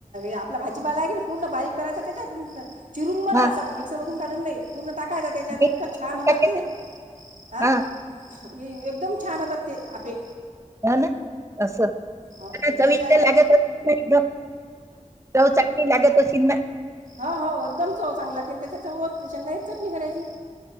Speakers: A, on the right; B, on the right.
A: आपला भाजीपाला आहे की पूर्ण बारीक करायचा त्या त्यात चिरून बरा
B: हा
A: असा मिक्सर मधून काढून नाही पूर्ण टाकायच त्याच्यात
B: मी
A: इतकं
B: करून
A: छान होतात
B: टाकायचं.
A: ते ह
B: हा
A: एकदम छान होत ते आपपे
B: ह ना तस
A: हो आणि
B: कविित्र
A: त्याच्या त्यात
B: लागतच चांगली लागत सिन्मा
A: हा हो एकदम चव चांगला लागते त्याच्या चव एक चटणी करायची.